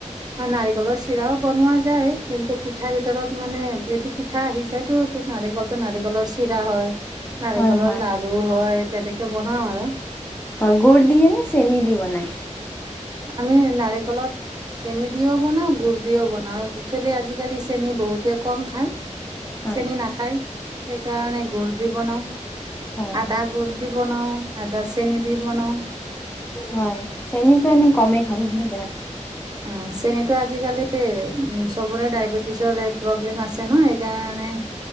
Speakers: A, on the right; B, on the left.
A: নাৰিকলৰ চিৰাও বনোৱা যায় কিন্তু পিঠা ভিতৰত মানে এইটো পিঠা আহি যায়তো ত' নাৰিকলটো নাৰিকলৰ চিৰা হয়, নাৰিকলৰ
B: হয় হয়
A: লাৰ ৰু হয় তেনেকে বনাওঁ আৰু।
B: হয়, গুৰ দিয়ে নে চেনি দি বনাই?
A: আমি নাৰিকলত চেনি দিওঁ বনাওঁ, গুৰ দিওঁ বনাওঁ, একচোৱেলি আজিকালি চেনি বহুতে কম খায়।
B: হয়
A: চেনি নাখায় সেইকাৰণে গুৰ দি বনাওঁ,
B: হয়
A: আধা
B: হয়
A: গুৰ দি বনাওঁ আধা চেনি দি বনাওঁ।
B: হয়, চেনিটো এনে কমেই খাব লাগে।
A: অ' চেনীটো আজিকালি চবৰে ডায়বেটিছৰ সেই প্ৰব্লেম আছে ন' সেইকাৰণে